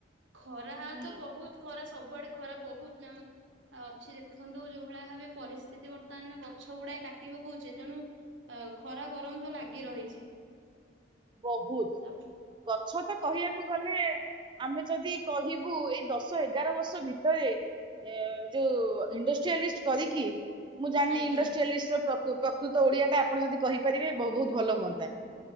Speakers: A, on the right (about 85°); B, on the right (about 25°).
A: ଖରା
B: ହୁଁ
A: ତ ବୋହୁତ ଖରା ସବୁଆଡେ ଖରା ବୋହୁତ ମ୍ୟାମ୍। ଆଉ ଅଛି ଦେଖନ୍ତୁ ଯୋଉ ଭଳିଆ ଭାବେ ପରିସ୍ଥିତି ବର୍ତ୍ତମାନେ ଗଛ ଗୁଡାଏ କାଟି ପକଉଛି ତେଣୁ ଖରା ଗରମ ତ ଲାଗି ରହିଛି।
B: ବହୁତ
A: ତା
B: ଗଛ ତ କହିବାକୁ ଗଲେ ଆମେ ଯଦି କହିବୁ ଏଇ ଦଶ ଏଗାର ବର୍ଷ ଭିତରେ ଏ ଯୋଉ ଇଣ୍ଡଷ୍ଟ୍ରିଆଲିଷ୍ଟ କରିକି ମୁଁ ଜାଣିନି
A: ଆଜ୍ଞା
B: ଇଣ୍ଡଷ୍ଟ୍ରଆଲିଷ୍ଟ ର ପ୍ରକୃତ ଓଡିଆ ଟା ଆପଣ ଯଦି କହିପାରିବେ ବହୁତ ଭଲ ହୁଅନ୍ତା।